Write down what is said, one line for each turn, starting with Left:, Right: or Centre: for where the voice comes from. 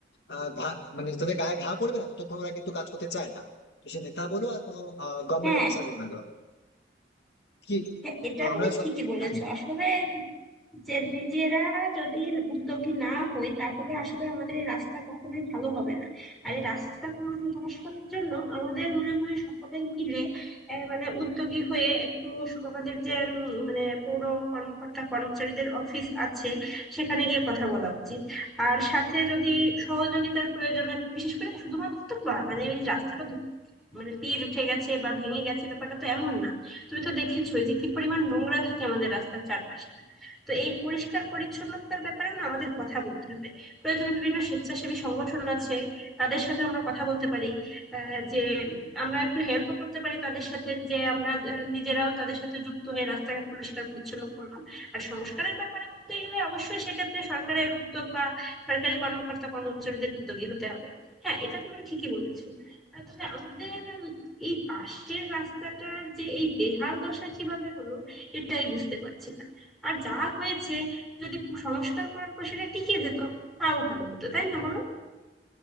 Left: আহ ঘা- মানে তাদের গায়ে ঘা পড়বে না ততক্ষণ ওরা কিন্তু কাজ করতে চায় না তো সে নেতা বলো আর কোনো গভর্নমেন্ট
Centre: হ্যাঁ
Left: অফিসার বলো না কেন। কি
Centre: হ্যাঁ, এটা
Left: তো আমরা
Centre: তুমি
Left: সব
Centre: ঠিকই বলেছো
Left: হ্যাঁ
Centre: আসলে যে নিজেরা যদি উদ্যোগী না হই তাহলে আসলে আমাদের এই রাস্তা কখনোই ভালো হবে না আর এই রাস্তা সংস্কারের জন্য আমাদের মনে হয় সকলে মিলে আহ, মানে উদ্যোগী হয়ে একটু শু- আমাদের যে উম, মানে পৌর কর্মকর্তা কর্মচারীদের অফিস আছে সেখানে গিয়ে কথা বলা উচিত আর সাথে যদি সহযোগিতার প্রয়োজন হয় বিশেষ করে শুধুমাত্র তো বা- মানে এই রাস্তাটা ধু- মানে পিচ উঠে গেছে বা ভেঙে গেছে ব্যাপারটা তো এমন না তুমি তো দেখেছো যে কি পরিমাণ নোংরা থাকে আমাদের রাস্তার চারপাশটা তো এই পরিষ্কার পরিচ্ছন্নতার ব্যাপারেও না আমাদের কথা বলতে হবে প্রয়োজনে বিভিন্ন স্বেচ্ছাসেবী সংগঠন আছে তাদের সাথে আমরা কথা বলতে পারি আহ, যে আমরা একটু হেল্পও করতে পারি তাদের সাথে যে আমরা আহ, নিজেরাও তাদের সাথে যুক্ত হয়ে রাস্তাঘাট পরিষ্কার পরিচ্ছন্ন করলাম আর সংস্কারের ব্যাপারে বলতে গেলে অবশ্যই সেক্ষেত্রে সরকারের উদ্যোগ বা সরকারি কর্মকর্তা কর্মচারীদের উদ্যোগী হতে হবে হ্যাঁ এটা তুমি ঠিকই বলেছো আহ, তবে আমাদের উম, এই পাশের রাস্তাটার যে এই বেহাল দশা কিভাবে হলো এটাই বুঝতে পারছি না আর যা হয়েছে যদি পু- সংস্কার করার পর সেটা টিকে যেত তাও ভালো হতো তাই না বলো